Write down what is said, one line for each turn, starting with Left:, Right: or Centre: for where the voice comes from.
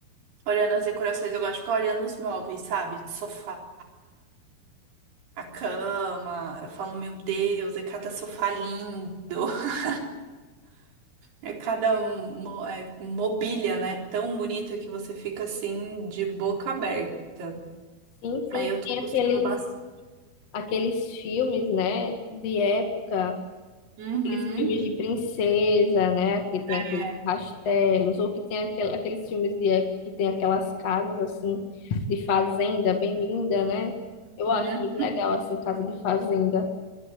Right: olhando as decorações, eu gosto de ficar olhando os móveis, sabe? De sofá. A cama, eu falo, meu Deus, é cada sofá lindo, <laughs> é cada mo- é, mobília, né? Tão bonita que você fica assim, de boca aberta.
Left: Sim,
Right: Aí
Left: sim,
Right: eu tô
Left: tem
Right: gostando
Left: aqueles
Right: bastante.
Left: aqueles filmes, né, de época
Right: Uhum,
Left: aqueles filmes de princesa, né? Que tem
Right: é.
Left: aqueles castelos, ou que tem aquela, aqueles filmes de época que tem aquelas casas assim de fazenda bem linda, né? Eu
Right: Hum.
Left: acho muito legal assim casa de fazenda.